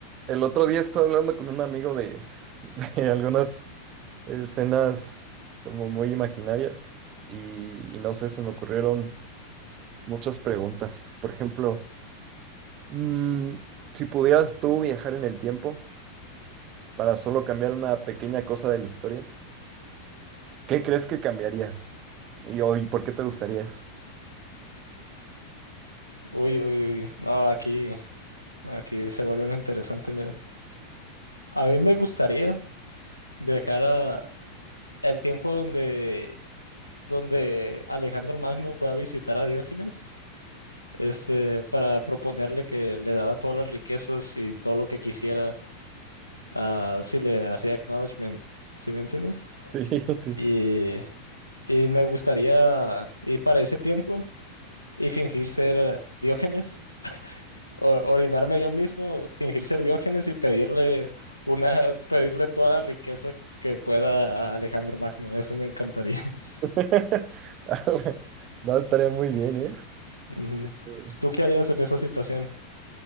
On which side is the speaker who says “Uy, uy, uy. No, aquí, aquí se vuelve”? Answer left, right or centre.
Left